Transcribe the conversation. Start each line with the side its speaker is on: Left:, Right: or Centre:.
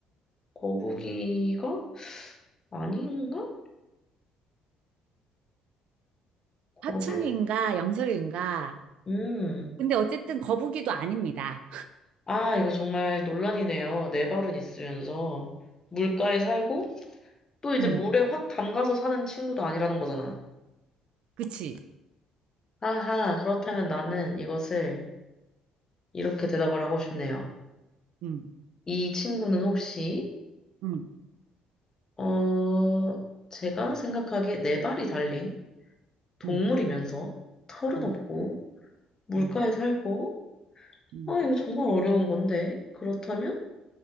Left: 거북이가? 아닌가? 거북,
Right: 파충류인가? 양서류인가?
Left: 음.
Right: 근데 어쨌든 거북이도 아닙니다.
Left: 아, 이거 정말 논란이네요. 네 발은 있으면서. 물가에 살고, 또 이제
Right: 음,
Left: 물에 확 담가서 사는 친구도 아니라는 거잖아.
Right: 그치?
Left: 아하, 그렇다면 나는 이것을 이렇게 대답을 하고 싶네요.
Right: 음,
Left: 이 친구는 혹시,
Right: 음,
Left: 어, 제가 생각하기에 네 발이 달린 동물이면서
Right: 음,
Left: 털은
Right: 음,
Left: 없고 물가에
Right: 음,
Left: 살고,
Right: 음,
Left: 아, 이거 정말 어려운 건데. 그렇다면